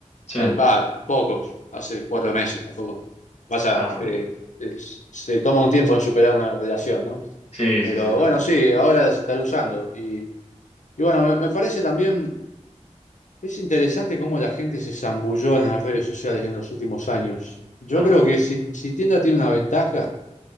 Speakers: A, on the left; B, on the left.
A: Sí,
B: Va, pocos, hace cuatro meses tampoco. Pasa
A: claro.
B: que se se toma un tiempo en superar una relación, ¿no?
A: Sí,
B: Pero
A: sí, sí, es verdad.
B: bueno, sí, ahora se estará usando. Y, y bueno, me, me parece también, es interesante cómo la gente se zambulló en las redes sociales en los últimos años. Yo
A: Claro.
B: creo que si, si Tinder tiene una ventaja,